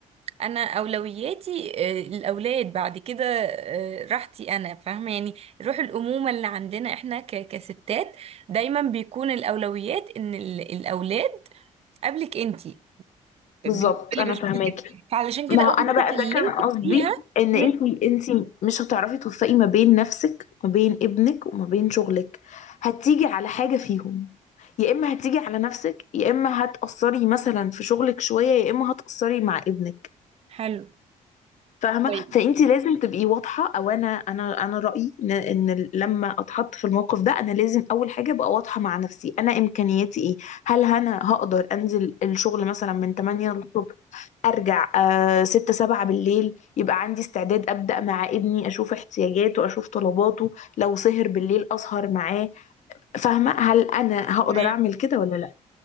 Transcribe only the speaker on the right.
انا اولوياتي آه، الاولاد بعد كده آه، راحتي انا فاهمه يعني روح الامومه اللي عندنا احنا ك- كستات دايما بيكون الاولويات ان ال- الاولاد قبلك انتي بالنسبه
لي
بشوف
كده فعلشان
كده
اول
ما
كلمتك
فيها
كانت
حلو
طيب
تمام